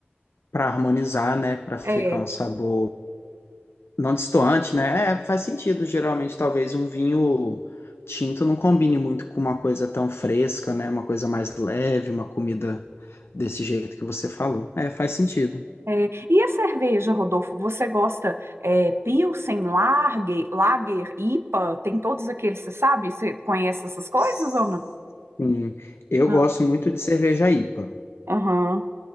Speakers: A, on the left; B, on the right.
A: Para harmonizar, né? Para ficar
B: É,
A: um sabor Não destoante, né? É, faz sentido. Geralmente, talvez um vinho tinto não combine muito com uma coisa tão fresca, né? Uma coisa mais leve, uma comida desse jeito que você falou. É, faz sentido.
B: é. E a cerveja, Rodolfo, você gosta é, Pilsen, Lager, Lager, IPA, tem todos aqueles, você sabe? Você conhece essas coisas
A: Sim.
B: ou não?
A: Eu
B: Não.
A: gosto muito de cerveja IPA.
B: Aham.